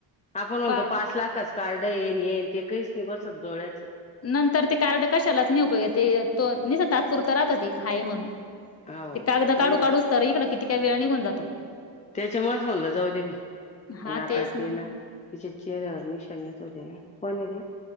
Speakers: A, on the left (about 15°); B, on the left (about 35°).
A: आपण म्हणतो
B: पा
A: पाच लाखच कार्ड येन हेन ते काहीच नाही बसत डोळ्याचं
B: नंतर ते कार्ड कशालाच नाही उपयोगात येत. तो निसता तात्पुरता राहत ते हाये म्हणून
A: हो
B: ते कागद
A: काही
B: काढू
A: नाही
B: काढूच तर इकडं कितीक वेळ निघुन जातो.
A: त्याच्यामुळेच म्हणलं जाऊ दे बाई,
B: हा
A: पण आता
B: तेच
A: ते
B: मग
A: ना तिच्या चेहऱ्यावर निशानीच होती ना? कोण हे रे?